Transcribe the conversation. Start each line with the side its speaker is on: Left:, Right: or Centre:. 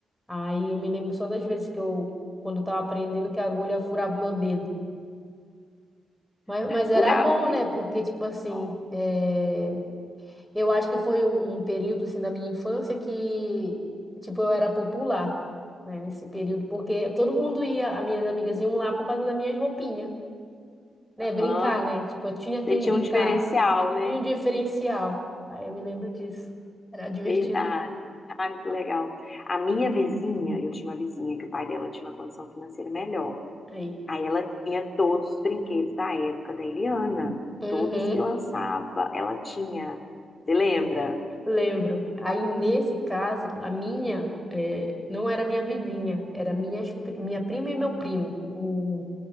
Centre: Aí eu me lembro só das vezes que eu, quando eu tava aprendendo, que a agulha furava o meu dedo. Mas, mas era
Left: furava
Centre: bom,
Left: o dedo.
Centre: né, porque, tipo assim,
Left: Ó,
Centre: é, eu acho que foi um, um período, assim, da minha infância que, tipo, eu era popular, né, nesse período, porque todo mundo ia, as minhas amigas iam lá por causa das minhas roupinhas. né?
Left: Aham.
Centre: Brincar, né? Tipo, eu tinha quem
Left: Você tinha
Centre: brincar.
Left: um diferencial, né?
Centre: Tinha um diferencial. Aí eu me lembro disso. Era divertido.
Left: Verdade. Ah, muito legal. A minha vizinha, eu tinha uma vizinha que o pai dela tinha uma condição financeira melhor.
Centre: Aí.
Left: Aí ela tinha todos os brinquedos da época da Eliana,
Centre: Uhum,
Left: todos que lançava, ela tinha. Você lembra?
Centre: lembro. Aí, nesse caso, a minha eh, não era minha vizinha, era minha minha prima e meu primo. O,